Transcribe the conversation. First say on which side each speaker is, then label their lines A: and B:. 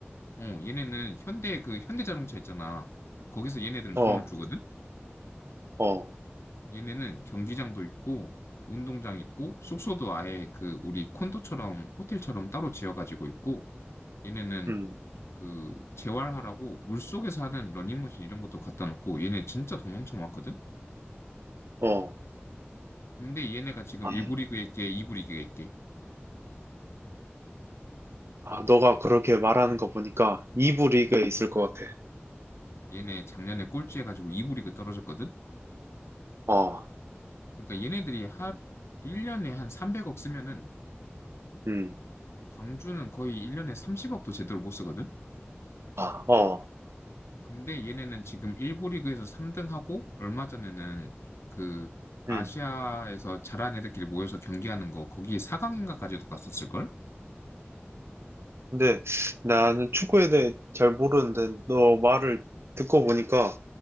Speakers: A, on the left; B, on the right.
A: 어, 얘네는 현대 그 현대 자동차 있잖아. 거기서 얘네들은
B: 어,
A: 돈을 주거든.
B: 어,
A: 얘네는 경기장도 있고 운동장 있고 숙소도 아예 그 우리 콘도처럼 호텔처럼 따로 지어가지고 있고 얘네는
B: 음,
A: 그 재활하라고 물속에서 하는 러닝머신 이런 것도 갖다 놓고 얘네 진짜 돈 엄청 많거든.
B: 어.
A: 근데 얘네가 지금
B: 아,
A: 1부 리그에 있게 2부 리그에 있게
B: 아, 너가 그렇게 말하는 거 보니까 2부 리그에 있을 것 같아.
A: 얘네 작년에 꼴찌 해가지고 2부 리그 떨어졌거든.
B: 어,
A: 그러니까 얘네들이 한 1년에 한 300억 쓰면은
B: 음,
A: 광주는 거의 1년에 30억도 제대로 못 쓰거든.
B: 아, 어,
A: 근데 얘네는 지금 일부 리그에서 3등하고 얼마 전에는 그 아시아에서
B: 음.
A: 잘한 애들끼리 모여서 경기하는 거 거기 4강인가까지도 갔었을걸?
B: 근데 나는 축구에 대해 잘 모르는데 너 말을 듣고 보니까